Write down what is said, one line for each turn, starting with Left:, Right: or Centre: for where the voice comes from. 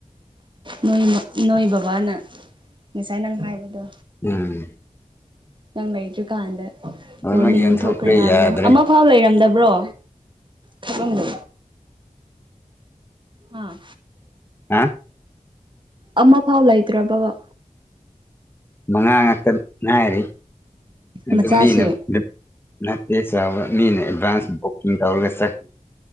Right: ꯅꯣꯏ ꯅꯣꯏ ꯕꯕꯥꯅ ꯉꯁꯥꯏ ꯅꯪ ꯍꯥꯏꯕꯗꯣ
Left: ꯎꯝ
Right: ꯅꯪ ꯂꯩꯇ꯭ꯔꯤꯀꯥꯟꯗ
Left: ꯂꯣꯏꯅꯃꯛ
Right: ꯂꯣꯏꯅ ꯌꯣꯟꯊꯣꯛꯈ꯭ꯔꯦ ꯍꯥꯏꯕꯗꯣ
Left: ꯌꯥꯗ꯭ꯔꯦ
Right: ꯑꯃꯐꯥꯎ ꯂꯩꯔꯝꯗꯕ ꯕ꯭ꯔꯣ ꯊꯂꯝꯗꯣ ꯑꯥ
Left: ꯍꯥ
Right: ꯑꯃ ꯐꯥꯎ ꯂꯩꯇ꯭ꯔꯥ ꯕꯕꯥ
Left: ꯑꯉꯥꯡ ꯉꯥꯛꯇ ꯉꯥꯏꯔꯤ ꯑꯗꯨ
Right: ꯃꯆꯥꯁꯦ
Left: ꯃꯤꯅ ꯅꯠꯇꯦꯁ ꯃꯤꯅ ꯑꯦꯗꯚꯟꯁ ꯣꯣꯛꯁꯤꯡ ꯀꯧꯔꯒ ꯆꯀꯂꯤ